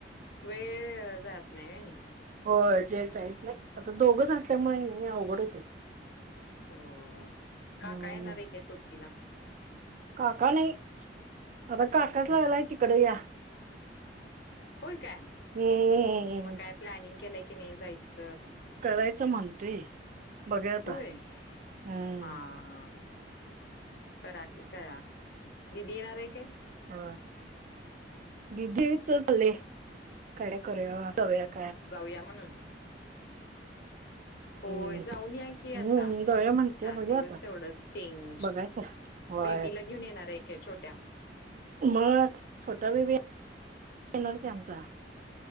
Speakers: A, on the left; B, on the right.
A: वेळ जात नाही.
B: हो जेेत नाही आता दोघंच असल्यामुळे अवघडच आहे.
A: हो
B: हम्म
A: काका येणार आहे काय सुट्टीला?
B: काका नाही आता काकाच
A: हम्म
B: लागला आहे तिकडे या
A: होय काय,
B: हम्म
A: मग काय प्लॅनिंग केलंय की नाही जायच?
B: करायचं म्हणतेय बघुया आता.
A: होय हा,
B: हम्म
A: ह, ह करा कि करा दिदी येणार आहे का?
B: हा दिदी चचले काय करूया, करुयात
A: जावुया म्हणून होय
B: हम्म
A: जाऊन या की आता
B: हम्म जाऊया म्हणते
A: चार
B: बघूया
A: दिवस
B: आता
A: तेवढंच चेंज
B: बघायचं होय
A: बेबीला घेऊन येणार आहे का छोट्या?
B: मग छोटा बेबी येणार की आमचा